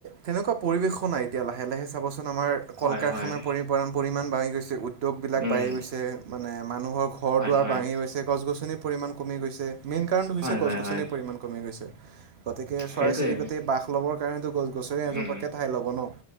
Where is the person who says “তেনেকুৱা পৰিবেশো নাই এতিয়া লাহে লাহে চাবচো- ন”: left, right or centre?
Right